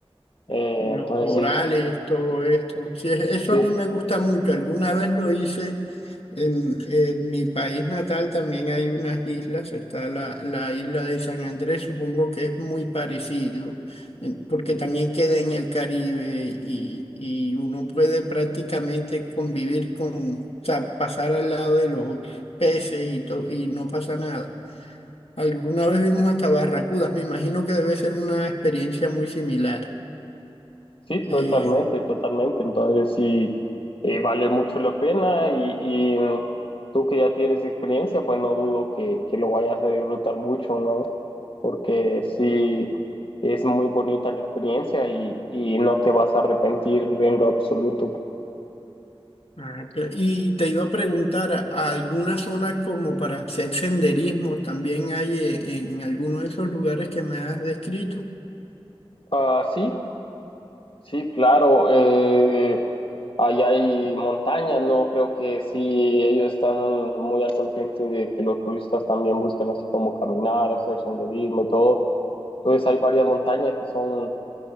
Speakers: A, on the left (about 60°); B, on the left (about 80°).
A: Eh,
B: y los
A: entonces,
B: corales,
A: sí.
B: todo esto. Sí, es- eso
A: sí.
B: a mí me gusta mucho. Alguna vez lo hice en, en mi país natal, también hay unas islas, está la, la isla de San Andrés, supongo que es muy parecido, en- porque también queda en el Caribe y, y uno puede prácticamente convivir con, o sea, pasar al lado de los peces y, to- y no pasa nada. Alguna vez vimos hasta barracudas, me imagino que debe ser una experiencia muy similar.
A: Sí,
B: Eh,
A: totalmente, totalmente. Entonces sí, eh, vale mucho la pena y, y tú que ya tienes experiencia, pues no dudo que, que lo vayas a disfrutar mucho, ¿no? Porque sí, es muy bonita la experiencia y, y no te vas a arrepentir en lo absoluto.
B: Ah, cla- y te iba a preguntar, ¿a- ¿alguna zona como para hacer senderismo también hay eh, en alguno de esos lugares que me has descrito?
A: Ah, sí, sí, claro. eh, allá hay montaña, ¿no? Creo que sí, ellos están muy al consciente de que los turistas también buscan así como caminar, hacer senderismo y todo. Entonces hay varias montañas que son,